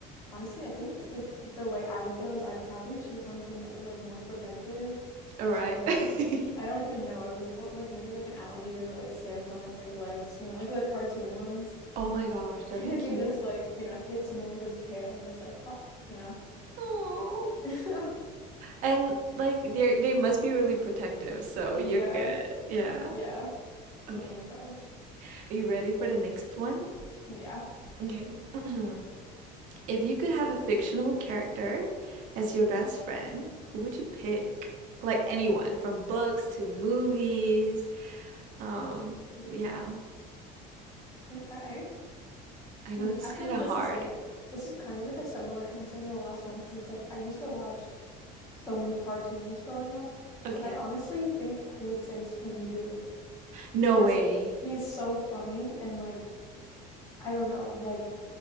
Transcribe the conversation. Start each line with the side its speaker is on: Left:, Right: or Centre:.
Left: honestly, I think like the way I would go is I'd probably choose something that was like more protective.
Right: All right.
Left: So like
Right: <gasps> <laughs>
Left: I don't even know. I would want like maybe like an alligator that like stands on its like legs, you know, like the cartoon ones. <laughs>
Right: Oh my gosh, that'd
Left: And
Right: be
Left: it
Right: cute.
Left: could just like, you know, hit someone with its tail and just like fall, you know.
Right: Oh.
Left: <laughs>
Right: And like they they must be really protective, so you're
Left: Yeah.
Right: good. Yeah.
Left: Yeah. Oh
Right: Okay.
Left: my gosh.
Right: Are you ready for the next one?
Left: Yeah.
Right: Okay. <clears throat> If you could have a fictional character as your best friend, who would you pick? Like anyone, from books to movies. Um,
Left: Hmm.
Right: yeah.
Left: Okay.
Right: I know
Left: Hmm.
Right: this
Left: I
Right: is
Left: feel
Right: kind
Left: like
Right: of
Left: this
Right: hard.
Left: is like this is kind of like a similar answer to the last one because it's like I used to watch so many cartoons growing up,
Right: Okay.
Left: but I honestly think I would say Scooby-Doo
Right: No
Left: because
Right: way.
Left: he's so funny and like I don't know, like